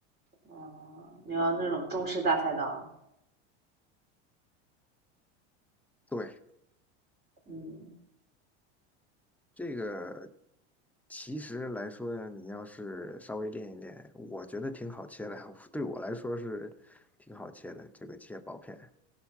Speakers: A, on the right; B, in the centre.
A: 哦，你要那种中式大菜刀？
B: 对，
A: 嗯
B: 这个其实来说呢，你要是稍微练一练，我觉得挺好切的，对我来说是挺好切的，这个切薄片。